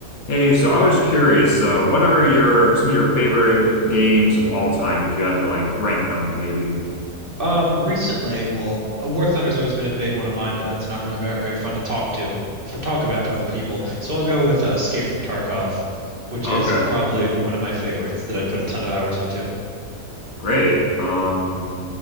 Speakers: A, on the left; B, on the right.
A: Hey, so I was curious, uh, what are your some of your favorite games of all time, if you had to like rank them, maybe? <laughs>
B: Um, recently, well, a War Thunder's always been a big one of mine, but that's not really very, very fun to talk to, for talk about to other people. So I'll go with uh, Escape from Tarkov, which
A: Okay,
B: is probably one of my favorites that I put a ton of hours into.
A: great. Um,